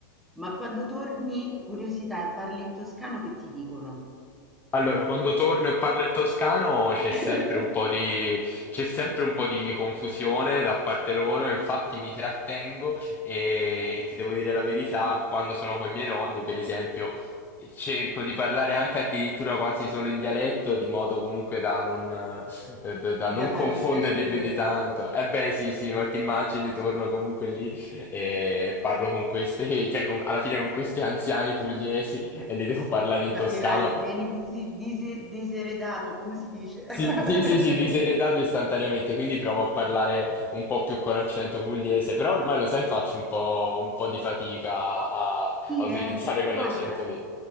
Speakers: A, in the centre; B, on the left.
A: Ma quando torni, curiosità, e parli in toscano che ti dicono?
B: Allora, quando torno e parlo in toscano c'è
A: <laughs>
B: sempre un po' di, c'è sempre un po' di confusione da parte loro, infatti mi trattengo e ti devo dire la verità, quando sono con i miei nonni, per esempio, cerco di parlare anche addirittura quasi solo in dialetto, di modo comunque da non, eh, da da
A: Sì,
B: non
A: da
B: confonderli
A: fargli piacere,
B: più di tanto. Eh beh, sì, sì, ma ti immagini, torno comunque lì e parlo con questi, <laughs> cioè con- alla fine con questi anziani pugliesi e li devo parlare in
A: capirai,
B: toscano.
A: vieni disi- dise- diseredato, come si dice?
B: Sì,
A: <laughs>
B: sì, sì, sì, ti sei redato istantaneamente, quindi provo a parlare un po' più con accento pugliese, però ormai lo sai, faccio un po', un po' di fatica a,
A: Sì,
B: a utilizzare
A: eh.
B: quell'accento
A: Guarda,
B: lì.